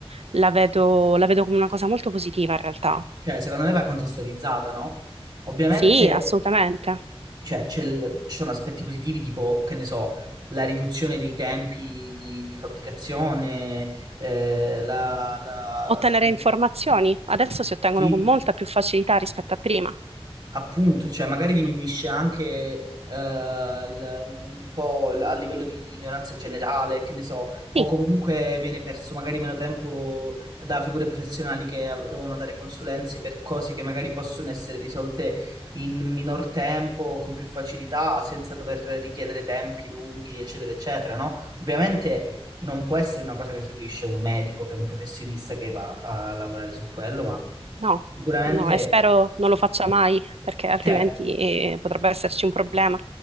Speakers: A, on the right; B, on the right.
A: la vedo, la vedo come una cosa molto positiva in realtà.
B: Cioè, secondo me va contestualizzata, no? Ovviamente,
A: Sì, assolutamente.
B: cioè, c'è il- ci sono aspetti positivi tipo, che ne so, la riduzione dei tempi di, di fabbricazione, eh, la, la-
A: Ottenere informazioni adesso si ottengono
B: sì,
A: con molta più facilità rispetto a prima.
B: Appunto, cioè magari diminuisce anche eh, il- un po' l- a livello di ignoranza generale, che ne so, o
A: Sì,
B: comunque viene perso magari meno tempo da figure professionali che av- devono dare consulenze per cose che magari possono essere risolte in minor tempo, con più facilità, senza dover richiedere tempi lunghi, eccetera, eccetera, no? Ovviamente non può essere una cosa che sostituisce un medico, che è un professionista che va a lavorare su quello, ma
A: no,
B: sicuramente...
A: no, e spero non lo faccia mai, perché altrimenti
B: Cioè,
A: eh, potrebbe esserci un problema.